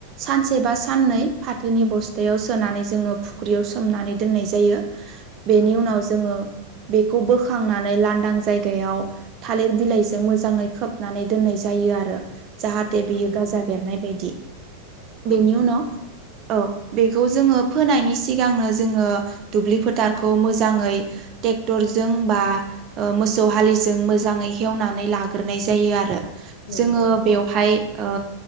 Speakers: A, on the right; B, on the left.
A: सान सेबा साननै फाथोनि बस्थायाव सोनानै जोङो फुख्रियाव सोमनानै दोननाय जायो बेनि
B: औ
A: उनाव जोङो बेखौ बोखांनानै लांदां जायगायाव थालिर बिलाइजों मोजाङै खोबनानै दोननाय जायो आरो जाहाथे
B: नंगौ
A: बियो
B: नोंथां
A: गाजा बेरनाय बायदि
B: औ
A: बेनि
B: नोंथां
A: उनाव औ बेखौ जोङो फोनायनि सिगांनो जोङो दुब्लि फोथारखौ मोजाङै ट्रेक्टर जों बा ओ मोसौ हालिजों मोजाङै हेवनानै लाग्रोनाय जायो आरो
B: नंगौ
A: जोङो बेवहाय ओ